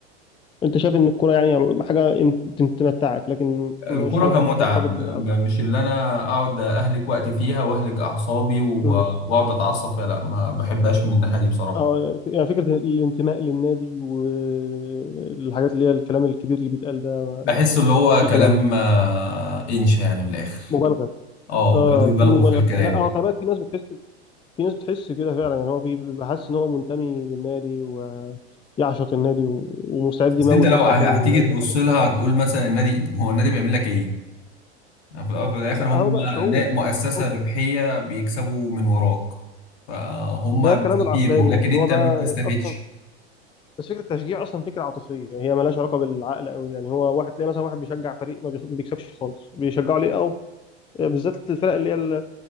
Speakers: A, on the left; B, on the left.
A: انت شايف ان الكوره يعني حاجه ان- تم- تمتعك لكن
B: الكرة
A: مش المفروض
B: كمتعة
A: ترتبط
B: م-
A: بيها او
B: م- مش اللي انا اقعد اهلك وقتي فيها واهلك اعصابي و-
A: كده
B: واقعد اتعصب فيها لا ما بحبهاش من الناحية دي بصراحة
A: اه يعني فكرة الانتماء للنادي والحاجات اللي هي الكلام الكبير اللي بيتقال ده ما-
B: بحس اللي هو
A: اي
B: كلام
A: كلام يعني
B: آه، انشا يعني من الاخر
A: مبالغه
B: اه وبيقعدوا
A: اه
B: يبالغوا
A: في مبالغه
B: في الكلام
A: شوية. لا هو خلي بالك في ناس بتحس في ناس بتحس كده فعلا يعني هو في بيبقى حاسس ان هو منتمي للنادي ويعشق النادي و- ومستعد
B: بس
A: يموت
B: انت لو
A: نفسه
B: ه-
A: عشان
B: هتيجي
A: النادي
B: تبص
A: حاجه
B: لها هتقول مثلا النادي هو النادي بيعمل لك ايه يعني في الأول وفي الآخر
A: ما
B: هم
A: هو بقى شعور
B: نا- مؤسسة
A: حب.
B: ربحية بيكسبوا من وراك فهم
A: ده كلام
B: بيستفيدوا
A: العقلاني
B: لكن
A: لكن
B: أنت
A: هو بقى
B: ما بتستفيدش
A: اصلا بس فكره التشجيع اصلا فكره عاطفيه يعني هي مالهاش علاقه بالعقل قوي يعني هو واحد تلاقي مثلا واحد بيشجع فريق ما بيخ- ما بيكسبش خالص بيشجعه ليه اه بالذات الفرق اللي هي ال-